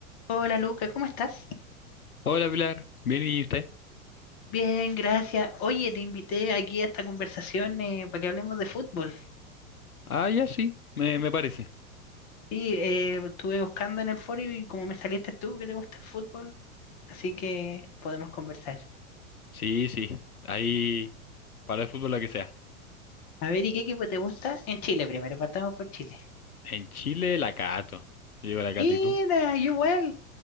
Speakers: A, on the left (about 45°); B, on the left (about 80°).
A: Hola Luca, ¿cómo estás?
B: Hola Pilar, ¿bien y usted?
A: Bien, gracias. Oye, te invité aquí a esta conversación eh, para que hablemos de fútbol.
B: Ah, ya sí, me, me parece.
A: Sí, eh, estuve buscando en el foro y como me saliste tú que te gusta el fútbol, así que podemos conversar.
B: Sí, sí, ahí para el fútbol la que sea.
A: A ver, ¿y qué equipo te gusta? En Chile primero, partamos por Chile.
B: En Chile la cato. Yo digo la cato,
A: Mira,
B: ¿y tú?
A: yo igual,